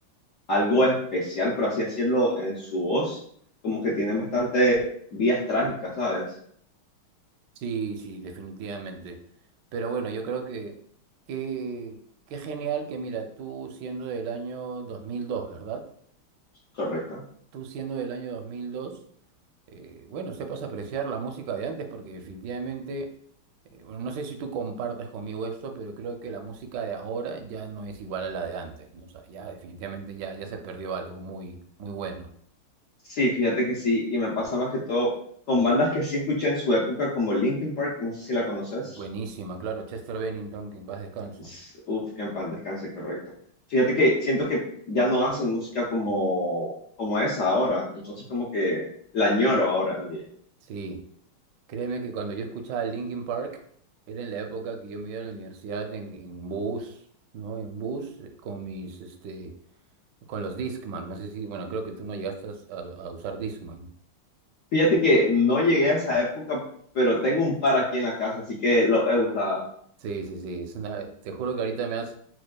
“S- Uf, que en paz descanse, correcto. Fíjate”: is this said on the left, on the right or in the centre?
Left